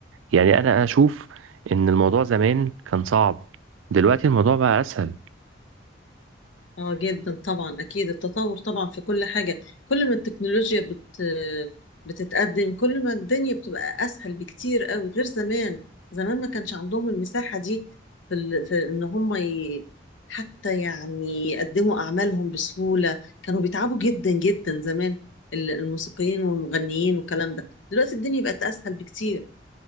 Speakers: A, on the right; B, on the left.
A: يعني انا اشوف ان الموضوع زمان كان صعب دلوقتي الموضوع بقى اسهل
B: اه جدا طبعا اكيد التطور طبعا في كل حاجه كل ما التكنولوجيا بت بتتقدم كل ما الدنيا بتبقى اسهل بكتير قوي غير زمان زمان ما كانش عندهم المساحه دي في, ال... في ان هم ي... حتى يعني يقدموا اعمالهم بسهوله كانوا بيتعبوا جدا جدا زمان ال- الموسيقيين والمغنيين والكلام ده دلوقتي الدنيا بقت اسهل بكتير